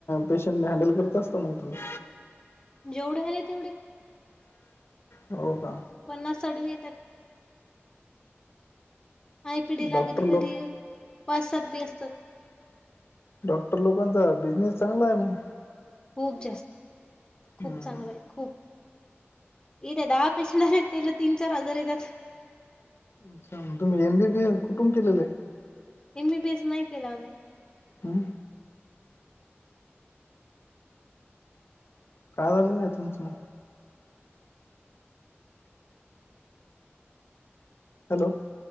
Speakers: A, on the left (about 65°); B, on the left (about 25°).
A: पेशंट हँडल करत असता मग तुम्ही
B: जेवढे हले तेवढे
A: हो का
B: पन्नास, साठ भी येत्यात आय पीडीला
A: डॉक्टर
B: कधी
A: लोक
B: कधी पाच, सात बी असतात
A: डॉक्टर लोकांचा बिझनेस चांगला आहे, मग
B: खूप जास्त खूप
A: हम्म.
B: चांगलं आहे खूप इथे दहा पेशट आलेत, त्याला तीन चार हजार येतात.
A: अच्छा मग तुम्ही एम बीबी एस कुठुून केलेलं आहे
B: एमबीबीएस नाही केलं आम्ही
A: हम्म का झालं नाही, तुमचं मग. हॅलो